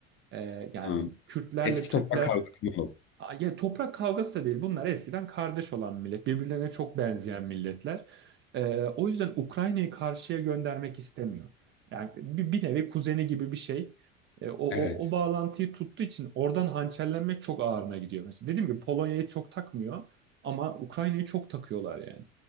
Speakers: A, on the right; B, on the left.
A: E, yani
B: Hmm.
A: Kürtlerle
B: Eski
A: Türkler
B: toprak kavgasından oldu.
A: Aa, Ya toprak kavgası da değil. Bunlar eskiden kardeş olan millet. Birbirlerine çok benzeyen milletler. Ee, o yüzden Ukrayna'yı karşıya göndermek istemiyor. Yani bir, bir nevi kuzeni gibi bir şey. Ee, o, o,
B: Evet.
A: o bağlantıyı tuttuğu için oradan hançerlenmek çok ağırına gidiyor. Mesela dediğim gibi Polonya'yı çok takmıyor ama Ukrayna'yı çok takıyorlar yani.